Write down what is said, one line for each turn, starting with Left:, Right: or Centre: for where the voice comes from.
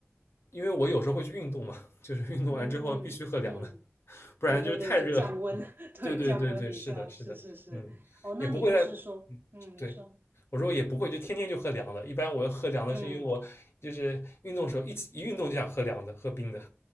Left: 因为我有时候会去运动嘛，就是运动完之后必须喝凉的，
Right: 嗯嗯嗯，
Left: 不然就是太热了
Right: 对对对，就降温，<laughs> 对，
Left: 对对对对，
Right: 降温一下，
Left: 是的，是的，
Right: 是是是。
Left: 嗯，
Right: 哦，
Left: 也不会在
Right: 那你就是说，嗯，
Left: 对，
Right: 您说，
Left: 我说我也不会，就天天就喝凉的。一般我喝凉的是因为我就是运动的时候一起一运动就想喝凉的，
Right: 嗯。
Left: 喝冰的。